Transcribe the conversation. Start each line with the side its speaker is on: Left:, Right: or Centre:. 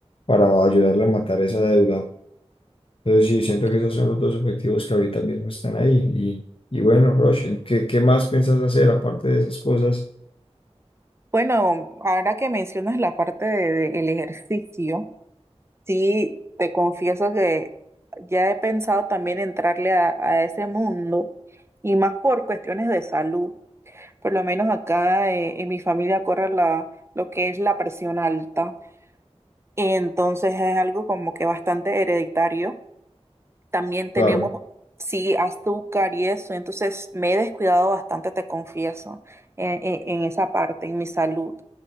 Left: para ayudarle a matar esa deuda. Entonces sí, siento
Right: ok.
Left: que esos son los dos objetivos que ahorita mismo están ahí. Y, y bueno, Rosh, ¿qué, qué más piensas hacer aparte de esas cosas?
Right: Bueno, ahora que mencionas la parte de- de el ejercicio. Sí, te confieso que ya he pensado también entrarle a, a ese mundo y más por cuestiones de salud. Por lo menos acá eh, en mi familia corre la, lo que es la presión alta. Entonces es algo como que bastante hereditario. También tenemos,
Left: Claro.
Right: sí, azúcar y eso. Entonces me he descuidado bastante, te confieso, en, en en esa parte, en mi salud.